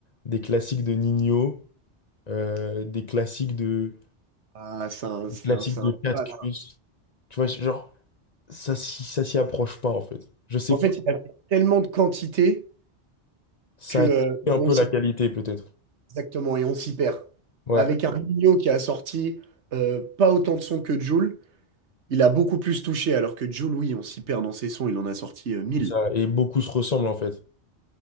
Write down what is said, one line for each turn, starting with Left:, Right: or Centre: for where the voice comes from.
Left: des classiques de Nino, euh, des classiques de,
Right: Ah, c'est un,
Left: des
Right: c'est
Left: classiques
Right: un- c'est
Left: de
Right: un-
Left: Catcus
Right: Ah.
Left: Tu vois, genre, ça, s'y- ça s'y approche pas en fait. Je sais
Right: En fait,
Left: pas,
Right: il y a tellement de quantité
Left: ça
Right: que euh,
Left: a tué un
Right: on
Left: peu
Right: s'y
Left: la qualité peut-être.
Right: exactement et on s'y perd.
Left: Ouais.
Right: Avec un Nino qui a sorti euh, pas autant de sons que Jul, Il a beaucoup plus touché, alors que Joe Louis, on s'y perd dans ses sons, il en a sorti euh, 1000.
Left: Ça, et beaucoup se ressemblent en fait.